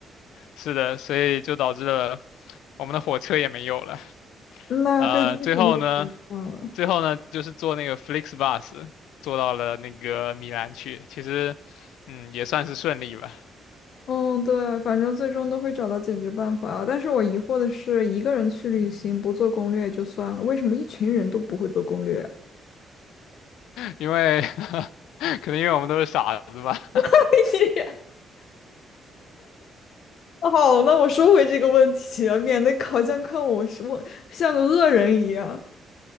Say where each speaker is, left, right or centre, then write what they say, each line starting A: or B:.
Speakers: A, on the left; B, on the left.
A: 是的，所以就导致了我们的火车也没有了。
B: 那飞机肯定是很棒了。
A: 呃，最后呢，最后呢，就是坐那个 FlixBus 坐到了那个米兰去，其实，嗯，也算是顺利吧。
B: 嗯，对，反正最终都会找到解决办法。但是我疑惑的是，一个人去旅行不做攻略也就算了，为什么一群人都不会做攻略？
A: 因为 <laughs> 可能因为我们都是傻子吧，<laughs>
B: <laughs> 好，那我收回这个问题啊，免得烤酱看我什么像个恶人一样。